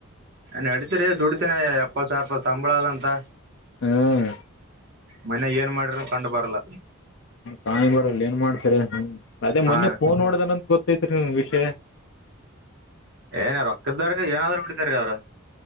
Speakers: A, on the right; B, on the left.
A: ನಡತರಿ ದುಡಿತೇ ಇಪ್ಪತ್ ಸಾವಿರ ಸಂಬಳ ಅದಂತ
B: ಹ್ಮ್
A: ಮಾನ್ಯಗ ಏನ್ ಮಾಡಿದ್ರು ಕಂಡು ಬರಲ್ಲ
B: ಕಾಣಿ ಬಡಲ್ಲ ಏನ್ ಮಾಡ್ತೀರಿ ಅದೇ
A: ಹಾ
B: ಮನ್ಯ ಫೋನ್ ಹೋಡಿದಾನ ಅಂತ ಗೊತ್ತೈತ್ ಹ್ಮ್ ವಿಷಯ
A: ಏನ ರೊಕ್ಕದವಾರ ಏನಾದ್ರು ಕುಡಿತಾರೀ ಅವ್ರು <inaudible>